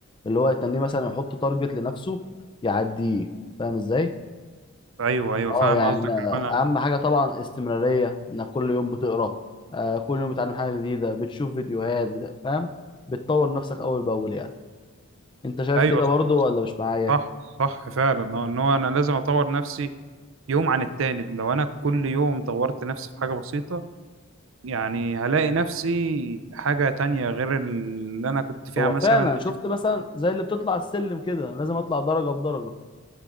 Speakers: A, on the left; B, on the right.
A: اللي هو يتنيه مثلا يحط تارجت لنفسه يعديه فاهم ازاي
B: ايوه ايوه
A: اه
B: فاهم
A: يعني
B: قصدك
A: أنا-
B: انا
A: اهم حاجه طبعا استمراريه انك كل يوم بتقرا آه كل يوم بتتعلم حاجه جديده بتشوف فيديوهات بت... فاهم بتطور نفسك اول باول يعني انت شايف
B: ايوه
A: كده
B: صح
A: برضه ولا مش معايا
B: صح صح فعلا اه ان هو انا لازم اطور نفسي يوم عن التاني لو انا كل يوم طورت نفسي في حاجه بسيطه يعني هلاقي نفسي حاجه تانية غير اللي انا كنت فيها
A: هو
B: مثلا
A: فعلا شفت مثلا زي اللي بتطلع السلم كده لازم اطلع درجه بدرجه